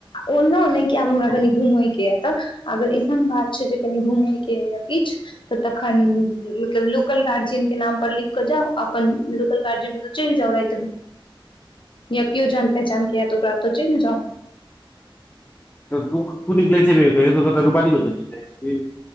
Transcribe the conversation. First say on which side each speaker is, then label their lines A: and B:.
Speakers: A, on the left; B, on the left.
A: ओना नइ कि आब हमरा कनि घूमय के य तऽ अगर एहन बात छैय जे। कनि घूमय के या किछ। तऽ तखन मतलब लोकल गार्जियन के नाम पर लिख कऽ जाउ अपन लोकल गार्जियन। चैल जाउ राइत मे या किओ जान पहचान के या ओकरा ओतऽ चैल जाउ।
B: तऽ तू तू निकलैय छिही कहीयो कहीयो त कतऽ रूपाली के ओतऽ चैल जाइ छिही